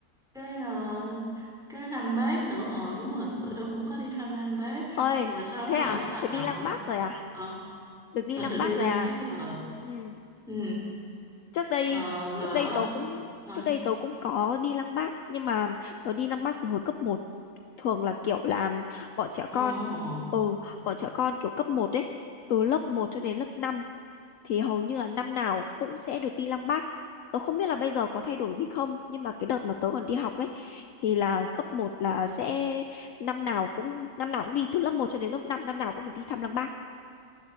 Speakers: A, in the centre; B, on the left (about 65°).
A: cái ờ, cái Lăng Bác nữa ờ đúng rồi bữa đó cũng có đi thăm Lăng Bác
B: Ôi.
A: rồi sau
B: Thế
A: đó
B: à?
A: ở Hà
B: tôi đi
A: Nội
B: Lăng Bác rồi à?
A: ờ
B: được đi
A: ừ,
B: Lăng
A: đi
B: Bác
A: Lăng
B: rồi à
A: Bác rồi
B: ừ.
A: ừ.
B: trước đây
A: ờ, rồi
B: trước đây tớ cũng
A: ở
B: trước đây tớ cũng có đi Lăng Bác nhưng mà tớ đi Lăng Bác từ hồi cấp một thường là kiểu là bọn trẻ
A: ờ,
B: con
A: ờ.
B: ừ bọn trẻ con kiểu cấp một ấy từ lớp một cho đến lớp 5 thì hầu như là năm nào cũng sẽ được đi Lăng Bác tớ không biết là bây giờ có thay đổi gì không nhưng mà cái đợt mà tớ còn đi học ấy thì là cấp một là sẽ năm nào cũng năm nào cũng đi từ lớp một cho đến lớp 5 năm năm nào cũng phải đi thăm Lăng Bác